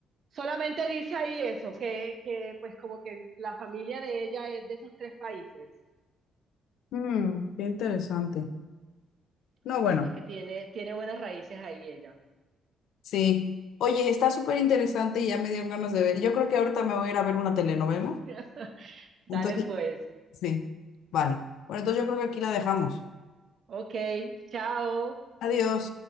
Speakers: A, on the right; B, on the left.
A: Solamente dice ahí eso, que, que pues como que la familia de ella es de esos tres países.
B: Mm, qué interesante. No,
A: O
B: bueno.
A: sea que tiene, tiene buenas raíces ahí ella.
B: Sí. Oye, está súper interesante y ya me dieron ganas de ver. Yo creo que ahorita me voy a ir a ver una telenovela.
A: <laughs> Dale
B: Entonces,
A: pues.
B: sí. Vale. Bueno, entonces yo creo que aquí la dejamos.
A: Ok, chao.
B: Adiós.